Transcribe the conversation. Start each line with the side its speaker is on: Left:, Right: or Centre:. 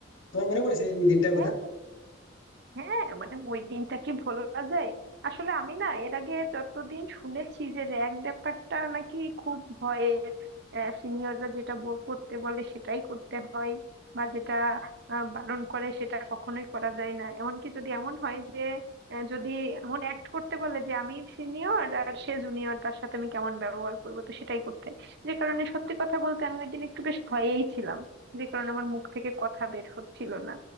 Left: তোমার মনে পড়েছে এই দিনটার
Right: হ্যাঁ
Left: কথা
Right: হ্যাঁ মানে ওই দিনটা কি ভোলা যায় আসলে আমি না এর আগে যতদিন শুনেছি যে র্যাগ ব্যাপারটা নাকি খুব ভয়ের সিনিয়ররা যেটা বো- করতে বলে সেটাই করতে হয় বা যেটা আহ, বারণ করে সেটা কখনোই করা যায় না এমনকি যদি এমন হয় যে আহ, যদি এমন অ্যাক্ট করতে বলে যে আমি সিনিয়র আর সে জুনিয়র তার সাথে আমি কেমন ব্যবহার করবো তো সেটাই করতে হয়। যে কারণে সত্যি কথা বলতে আমি ওই দিন একটু বেশ ভয়েই ছিলাম যে কারণে আমার মুখ থেকে কথা বের হচ্ছিল না